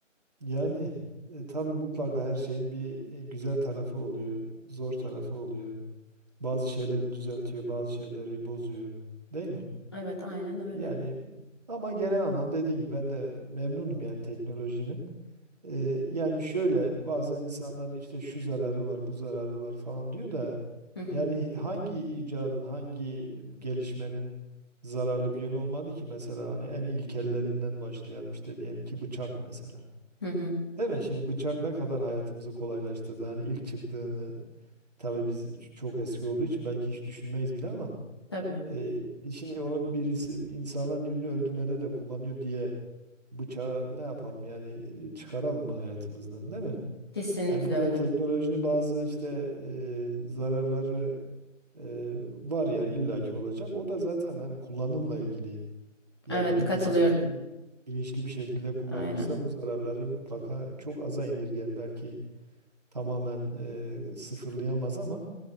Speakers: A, on the right; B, on the left.
A: Yani e, tabii mutlaka her şeyin bir e, güzel tarafı oluyor, zor tarafı oluyor. Bazı şeyleri düzeltiyor, bazı şeyleri bozuyor. Değil mi?
B: Evet aynen öyle.
A: E, Yani ama genel anlamda dediğim gibi ben de memnunum yani teknolojinin. E, yani şöyle bazen insanlar işte şu zararı var, bu zararı var falan diyor da
B: Hı hı.
A: yani hangi icadın, hangi gelişmenin zararlı bir yönü olmadı ki mesela hani en ilkellerinden başlayalım işte diyelim ki bıçak mesela.
B: Hı hı.
A: Değil mi? Şimdi bıçak ne kadar hayatımızı kolaylaştırdı. Hani ilk çıktığını tabii biz ç- çok eski olduğu için belki hiç düşünmeyiz bile ama
B: Tabii.
A: e, şimdi onu birisi insanlar birini öldürmede de kullanıyor diye bıçağı ne yapalım yani e, çıkaralım mı hayatımızdan değil mi?
B: Kesinlikle
A: Yani burada
B: öyle.
A: teknolojinin bazı işte e, zararları e, var yani illaki olacak. O da zaten hani kullanımla ilgili. Yani
B: Evet
A: bir
B: katılıyorum.
A: insan bir bilinçli bir şekilde kullanılırsa
B: Aynen.
A: bu zararları mutlaka çok aza indirger belki tamamen e, sıfırlayamaz ama